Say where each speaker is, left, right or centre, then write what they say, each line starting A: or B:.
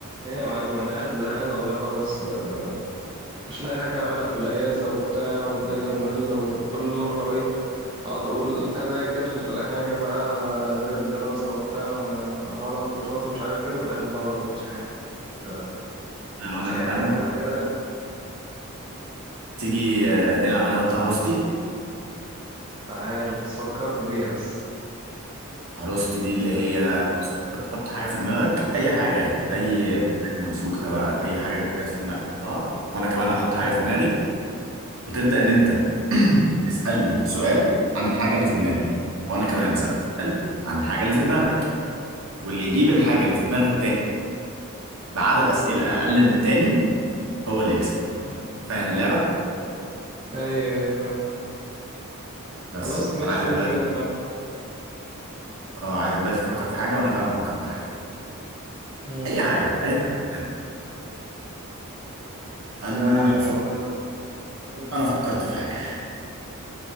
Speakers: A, on the right; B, on the right.
A: ايه يا معلم انا قاعد زهقان والله خالص آه، مش لاقي حاجه اعملها في الاجازه وبتاع والدنيا ممله وكل مره ايه اقعد اقول اذاكر حاجه بقى غير الدراسه وبتاع وه- وهقعد اخد كورسات ومش عارف ايه وفي الاخر بقعد ما اعملش حاجه انت
B: أنا
A: مالكش
B: وأنا كمان
A: اي حاجه اعملها كده
B: تيجي آه، نلعب أنا وأنت عروستي
A: تعال بس فكرني بيها بس
B: عروستي دي اللي هي بص أنت بتحط حاجة في دماغك أي حاجة
A: مم.
B: أي حاجة ممسوكة بقى أي حاجة جت في دماغك حطها وأنا كمان هحط حاجة
A: حلو
B: في دماغي وتبدأ
A: مم.
B: إن أنت <clears throat> تسألني سؤال عن الحاجة اللي في دماغي
A: مم.
B: وأنا كمان أسألك سؤال عن الحاجة اللي في دماغك واللي يجيب
A: مم.
B: الحاجة اللي في دماغ التاني بعدد أسئلة أقل من التاني هو اللي يكسب
A: مم.
B: فاهم اللعبة؟
A: ايوه ايوه فاهم
B: بس
A: خلاص ماشي
B: فأنا عايزك
A: يلا
B: دلوقتي
A: بينا نلعب
B: أه عايزك دلوقتي تفكر في حاجة وأنا كمان أفكر في حاجة
A: مم.
B: أي حاجة أي حاجة أنا
A: ايه
B: هفكر
A: يا ترى؟
B: انا فكرت في حاجه